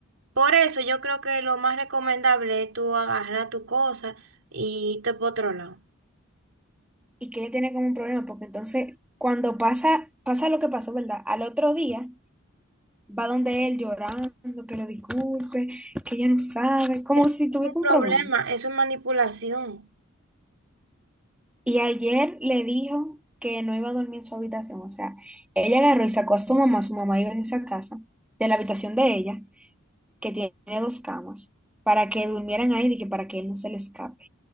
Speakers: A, on the right (about 70°); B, in the centre.
A: Por eso yo creo que lo más recomendable es tú agarrar tu cosa y irte por otro lado.
B: y que ella tiene como un problema, porque entonces cuando pasa, pasa lo que pasó, ¿verdad? Al otro día va donde él llorando, que lo disculpe, que ella no sabe, como
A: Eso
B: si tuviese
A: no es un problema,
B: un problema.
A: eso es manipulación.
B: Y ayer le dijo que no iba a dormir en su habitación, o sea, ella agarró y sacó a su mamá, su mamá vive en esa casa, de la habitación de ella, que tiene dos camas, para que durmieran ahí y que para que él no se le escape.